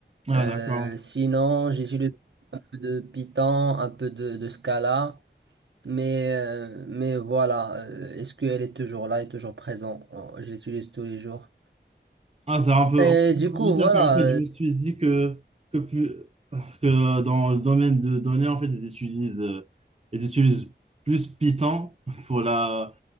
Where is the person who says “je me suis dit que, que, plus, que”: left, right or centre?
Right